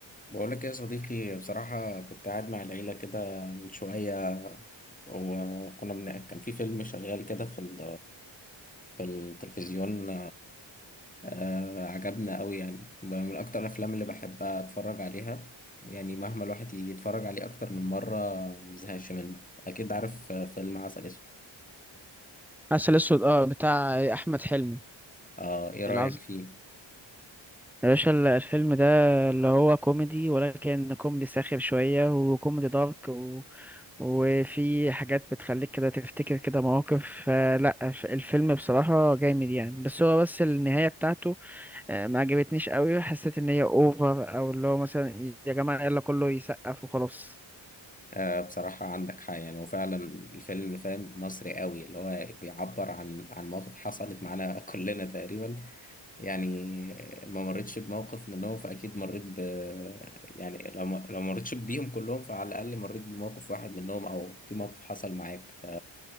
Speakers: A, on the left; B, in the centre.
A: بقولك يا صديقي بصراحة كنت قاعد مع العيلة كده من شوية وكنا من... كان في فيلم شغال كده في ال... في التلفزيون آه... عجبنا أوي يعني من أكتر الأفلام اللي بحبها أتفرج عليها يعني مهما الواحد يتفرج عليه أكتر من مرة مزهقش منه أكيد عارف آه، فيلم عسل أسود
B: عسل اسود اه بتاع احمد حلمي
A: آه... إيه رأيك
B: العظيم
A: فيه؟
B: يا باشا ال- الفيلم ده اللي هو كوميدي ولكن كوميدي ساخر شوية وكوميدي دارك و... وفي حاجات بتخليك كده تفتكر كده مواقف فلا ف- الفيلم بصراحة جامد يعني بس هو بس النهاية بتاعته آه، ما عجبتنيش قوي حسيت ان هي اوفر او اللي هو مثلا يا جماعة يلا كله يسقف وخلاص
A: آه... بصراحة عندك حق يعني وفعلا الفيلم فاهم مصري أوي اللي هو بيعبر عن عن مواقف حصلت معانا <laughs> كلنا تقريبا يعني ما مرتش بموقف منهم فأكيد مريت ب يعني لو ما... لو ما مريتش بيهم كلهم فعلى الأقل مريت بموقف واحد منهم أو في موقف حصل معاك ف...